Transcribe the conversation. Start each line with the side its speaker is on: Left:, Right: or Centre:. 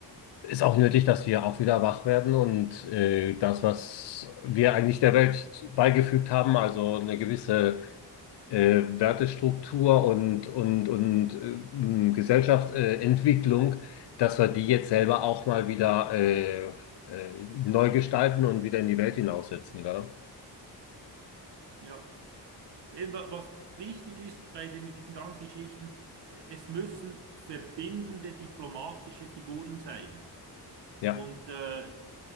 Left: ist auch nötig, dass wir auch wieder wach werden und äh, das, was wir eigentlich der Welt beigefügt haben, also eine gewisse äh, Wertestruktur und, und, und äh, Gesellschaftsentwicklung, äh, dass wir die jetzt selber auch mal wieder äh, äh, neu gestalten und wieder in die Welt hinaussetzen, gell?
Right: Ja. Eben, wa- was wichtig ist bei den, diesen ganzen Geschichten, äh, es müssen verbindende diplomatische Figuren sein.
Left: Ja.
Right: Und äh,